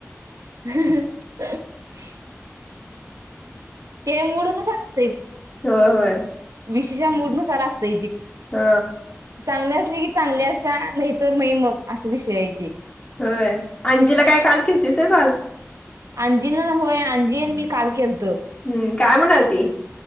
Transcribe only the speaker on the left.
होय होय
हा
होय अंजिला काय काल केलतीस होय कॉल
हम्म काय म्हणालती